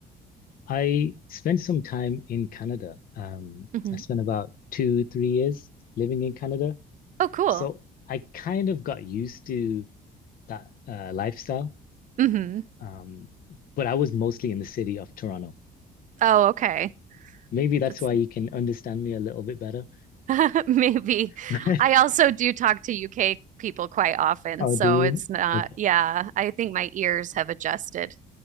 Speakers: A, on the left; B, on the right.
A: I spent some time in Canada. Um,
B: hmm
A: I spent about two, three years living in Canada.
B: Oh, cool.
A: So I kind of got used to that uh, lifestyle.
B: hmm
A: Um, but I was mostly in the city of Toronto.
B: Oh, okay.
A: Maybe that's
B: That's
A: why you can understand me a little bit better.
B: <laughs> Maybe.
A: <laughs>
B: I also do talk to UK people quite often,
A: Oh,
B: so
A: do you?
B: it's not,
A: Okay.
B: yeah, I think my ears have adjusted.